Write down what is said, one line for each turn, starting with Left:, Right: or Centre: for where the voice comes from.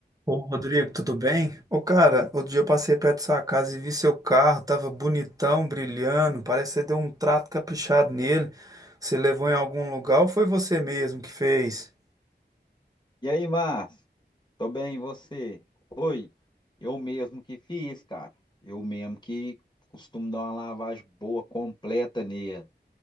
Right: Ô, Rodrigo, tudo bem? Ô, cara, outro dia eu passei perto da sua casa e vi seu carro, tava bonitão, brilhando, parece que você deu um trato caprichado nele. Você levou em algum lugar ou foi você mesmo que fez?
Left: E aí, Márcio? Tô bem, e você? Oi, eu mesmo que fiz, cara. Eu mesmo que costumo dar uma lavagem boa, completa nele.